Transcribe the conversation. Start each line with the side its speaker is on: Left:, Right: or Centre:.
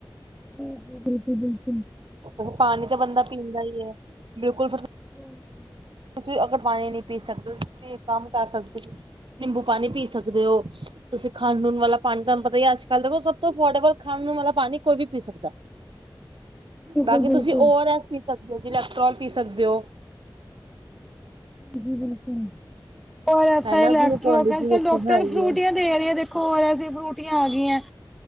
Centre: ਜੀ, ਜੀ ਬਿਲਕੁਲ, ਬਿਲਕੁਲ।
Right: ਦੇਖੋ ਪਾਣੀ ਤਾਂ ਬੰਦਾ ਪੀਂਦਾ ਹੀ ਐ ਬਿਲਕੁਲ ਫਿਰ
Centre: ਹਮ ਹਮ
Right: ਤੁਸੀਂ ਅਗਰ ਪਾਣੀ ਨੀ ਪੀ ਸਕਦੇ ਤੁਸੀਂ ਇੱਕ ਕੰਮ ਕਰ ਸਕਦੇ ਹੋ ਨਿੰਬੂ ਪਾਣੀ ਪੀ ਸਕਦੇ ਹੋ। ਤੁਸੀਂ ਖਾਣੂਣਵਾਲਾ ਪਾਣੀ ਤੁਹਾਨੂੰ ਪਤਾ ਹੀ ਹੈ ਅੱਜ ਕੱਲ ਦੇਖੋ ਸਭ ਤੋਂ ਅਫੋਰਡੇਬਲ ਖਾਣੂਣ ਵਾਲਾ ਪਾਣੀ ਕੋਈ ਵੀ ਪੀ ਸਕਦਾ।
Centre: <inaudible> ਬਿਲਕੁਲ
Right: ਬਾਕੀ
Centre: ਬਿਲਕੁਲ
Right: ਤੁਸੀਂ ਔ ਆਰ ਐਸ ਪੀ ਸਕਦੇ ਹੋ, ਇਲੈਕਟ੍ਰੋਲ ਪੀ ਸਕਦੇ ਹੋ।
Centre: ਜੀ-ਜੀ ਬਿਲਕੁਲ ਔ ੲਸਇਲੈਕੋਟਰੋਲ
Right: ਹਨਾ ਗਲੂਕੋਨ ਡੀ ਤੇ
Centre: ਅਜ
Right: ਦੇਖੋ
Centre: ਕੱਲ ਡਾਕਟਰ
Right: ਹੈ ਹੀ
Centre: ਫਰੂਟੀਆਂ
Right: ਹੈ
Centre: ਦੇ ਰਹੇ ਦੇਖੋ ਔ ਐਸ ਦੀਆਂ ਫਰੂਟੀਆਂ ਆ ਗਈਆਂ।